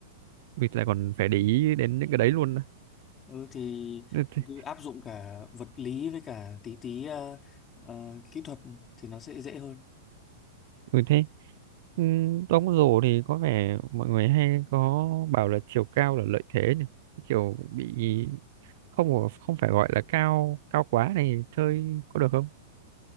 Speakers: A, on the right (about 60°); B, on the left (about 20°).
A: ui lại còn phải để ý đến những cái đấy luôn à.
B: ừ, thì
A: ừ, thế
B: cứ áp dụng cả vật lý với cả tí tí ờ, ờ, kỹ thuật thì nó sẽ dễ hơn
A: ừ, thế. Ừ, đóng rổ thì có vẻ mọi người hay có bảo là chiều cao là lợi thế nhỉ kiểu bị không có- không phải gọi là cao cao quá này chơi có được không